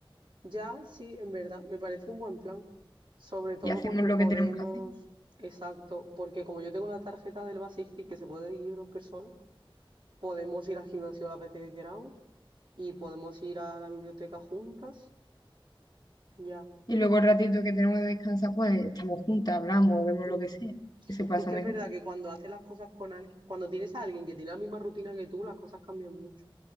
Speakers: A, on the right; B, on the left.
A: Ya, sí, en verdad, me parece un buen plan. Sobre todo
B: y hacemos
A: porque
B: lo
A: podemos,
B: que tenemos que hacer.
A: exacto, porque como yo tengo la tarjeta del Basic Fit que se puede ir dos personas, podemos ir al gimnasio las veces que queramos y podemos ir a la biblioteca juntas. Ya.
B: Y luego el ratito que tenemos de descansar, pues estamos juntas, hablamos, vemos
A: Mm.
B: lo que sea, que se pasa
A: Es que
B: mejor.
A: es verdad que cuando haces las cosas con alguien, cuando tienes a alguien que tiene la misma rutina que tú, las cosas cambian mucho.